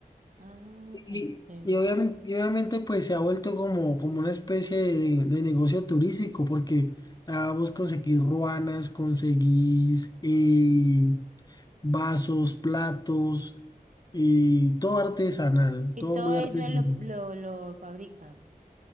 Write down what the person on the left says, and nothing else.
y,
y obviamente, y obviamente pues se ha vuelto como, como una especie de, de negocio turístico porque ah, vos conseguís ruanas, conseguís... eh, vasos, platos, y todo artesanal,
todo
muy artesanal.